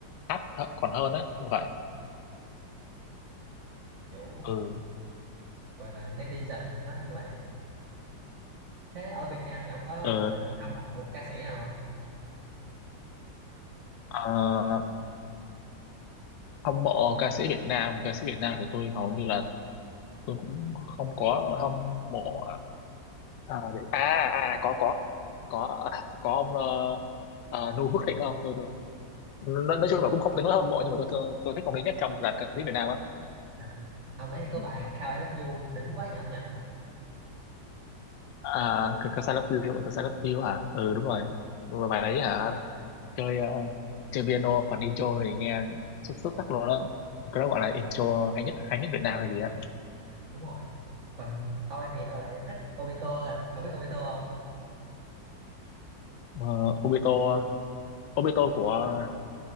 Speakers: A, on the left; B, on the right.
A: hát th- còn hơn á như vậy
B: kiểu
A: ừ
B: gọi là netizen nó như vậy mà thế ở Việt Nam thì ông có
A: ừ
B: gọi là hâm mộ ca sĩ nào không
A: à, hâm mộ ca sĩ Việt Nam ca sĩ Việt Nam của tôi hầu như là tôi cũng không có hâm mộ à, để... à à có có có à, có ông ờ, à, Nu Phước Thịnh không tôi, tôi nói, nói chung là cũng không tới nỗi hâm mộ nhưng mà tôi tôi, tôi thích ông đấy nhất trong dàn ca sĩ Việt Nam á
B: à, ông đấy thì có
A: ừ.
B: bài How I Love You đỉnh quá nha ông nhỉ
A: à cái ca sĩ Love You ca sĩ Love You hả ừ đúng rồi Và bài đấy hả chơi ờ, chơi piano còn intro thì nghe xuất xuất sắc luôn đó cái đó gọi là intro hay nhất hay nhất Việt Nam hay gì á
B: đúng rồi còn tôi thì tôi lại thích Obito thôi ông biết Obito không
A: Ờ, Obito Obito của